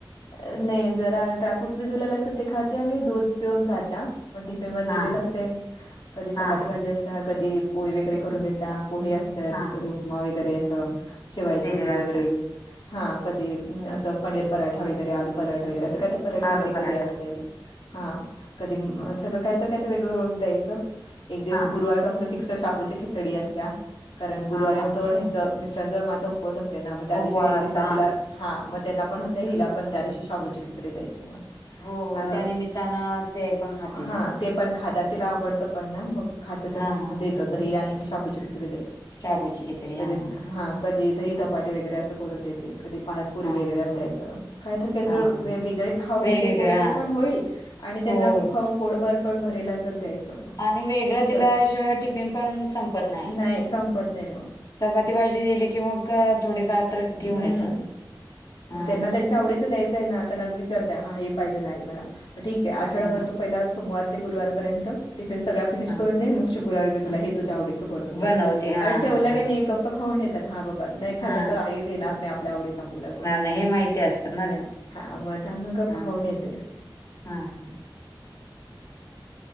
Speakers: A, on the left (about 75°); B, on the left (about 45°).
A: अ नाय जरा ड्राय फ्रूटस भिजवलेले असतात ते खाते आणि दूध पिऊन जात्या. म
B: हा
A: दिलेलं
B: हा
A: असतंय कधी चपाती
B: हा हा
A: भाजी असतीया कधी पोळी वैगेरे करून देतिया पोहे अस त्यात
B: हा
A: कधी
B: हा
A: उपमा वगैरे असं शिवायचं
B: दिलेला
A: उपीट वगैरे.
B: असता
A: हा कधी असं पनीर पराठा वगैरे आलू पराठा वगैरे असं काय तर पराठे वगैरे
B: आलू पराठा
A: कधी असतेत हा कधी सगळं काय तर काय तर वेगळ रोज द्यायचं. एक दिवस
B: हा
A: गुरुवारच आमच फिक्स शाबूची खिचडी असतिया कारण गुरुवारी
B: हा हा
A: आमचं हेन च मिस्टरांचा माझा उपवास असतोय ना म त्या दिवशी
B: उपवास असतो हा
A: हा मग त्यांना पण होतय हिला पण त्या दिवशी शाबूची खिचडी द्यायची मग.
B: हो
A: अ,
B: त्या निमित्तानं ते पण खाते
A: हां,
B: मग.
A: ते पण खात्या तिला आवडतं पण ना मग खात्या
B: हा
A: तर
B: हा हा
A: देतो दही आणि शाबूची खिचडी दे
B: शाबूची खिचडी
A: कधी
B: हा
A: हा कधी दहीधपाटे वगैरे असं करून देते कधी पालकपुरी
B: हा
A: वगैरे असं द्यायचं काय तर काय
B: हा
A: तर
B: हा
A: वेगळे खाऊन
B: वेगवेगळं
A: जे पौष्टिक
B: हा
A: पण होईल. आणि त्यांना
B: हो
A: खाऊन पोरभर पण भरेल असच द्यायचं. मग.
B: आणि वेगळ दिल्याशिवाय
A: क
B: टिफिन पण संपत नाय.
A: नाही संपत नाही मग.
B: चपाती भाजी दिली की मग थोडीफार तर
A: हं,
B: घेऊन येतात. हा
A: मग त्यांना त्यांच्या आवडीच द्यायचंय ना त्यांना विचारते हा हे पाहिजेलाय मला म ठीक आहे आठवडा
B: हो
A: भर तू पहिला सोमार ते गुरुवारपर्यंत टिफिन सगळ्या फीनिश
B: हा
A: करून दे मग शुक्रारारी मी तुला
B: हा
A: तुझ्या आवडीच हे बनवून देईन.
B: बनवते हा
A: अरे ठेवलं
B: हा हा
A: काय नाय गप्प खाऊन येतात हा बाबा नाय खाल्लं
B: हा
A: तर आई देणार नाय आपल्या आवडीत आपल्याला करून.
B: नाय हे माहिती असतं ना.
A: हा मग त्यामुळ मग गप
B: हा
A: खाऊन येते.
B: हा हा ह.